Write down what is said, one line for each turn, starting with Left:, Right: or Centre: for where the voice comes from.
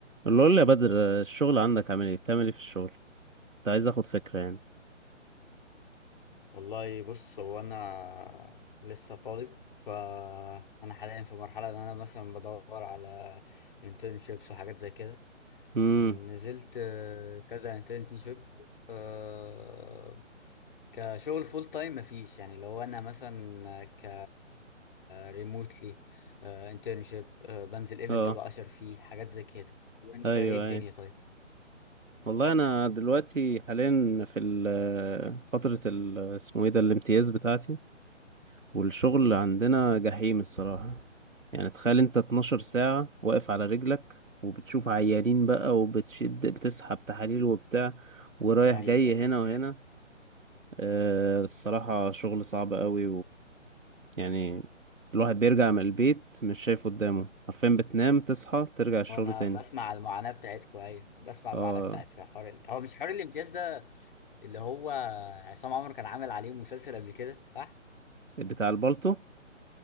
Right: اللي قول لي يا بدر الشغل عندك عامل ايه بتعمل ايه في الشغل كنت عايز اخد فكرة يعني
Left: والله بص هو انا لسه طالب فانا حاليا في مرحله ان انا مثلا بدور على internships وحاجات زي كده
Right: امم
Left: نزلت آه، كذا internship آه، كشغل فول تايم مفيش يعني لو انا مثلا ك ريموتلي internship آه، بنزل ايفنت
Right: اه
Left: ابقى اشر فيه حاجات زي كده وانت
Right: ايوه
Left: ايه الدنيا
Right: ايوه
Left: طيب
Right: والله انا دلوقتي حاليا في ال- فترة ال- اسمه ايه ده الامتياز بتاعتي والشغل عندنا جحيم الصراحة يعني تخيل انت 12 ساعة واقف على رجلك وبتشوف عيانين بقى وبتشد بتسحب تحاليل وبتاع ورايح
Left: ايوه
Right: جاي
Left: ايوه
Right: هنا وهنا آه، الصراحة شغل صعب قوي يعني الواحد بيرجع من البيت مش شايف قدامه عارفين بتنام تصحى ترجع الشغل
Left: وانا
Right: تاني
Left: بسمع المعاناة بتاعتكم ايوه بسمع
Right: اه
Left: المعاناة بتاعت حوار ال... هو مش حوار الامتياز ده اللي هو عصام عمر كان عامل عليه مسلسل قبل كده صح؟
Right: بتاع البالتو